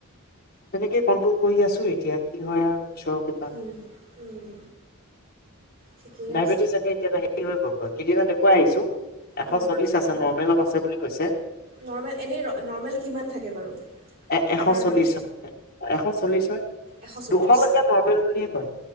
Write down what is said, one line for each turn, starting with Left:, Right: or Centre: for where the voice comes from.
Left: তেনেকে কণ্টোল কৰি আছোঁ এতিয়া কি হয় আৰু ঈচৰকে
Right: উম উম। ঠিকেই
Left: ডায়বেটিছ
Right: আছে
Left: <unintelligible> হেই হৈ গ'লগৈ কেইদিনত দেখুৱাই আহিছোঁ এশ
Right: অঁ
Left: চল্লিশ আছে, নৰ্মেলত আছে বুলি কৈছে।
Right: নৰ্মেল এনেই নৰ্মেল কিমান থাকে বাৰু?
Left: এ
Right: সাধাৰণতে
Left: এশ চল্লিশ এশ চল্লিশৰ,
Right: এশ চল্লিছ
Left: দুশলৈকে নৰ্মেল বুলিয়ে কয়।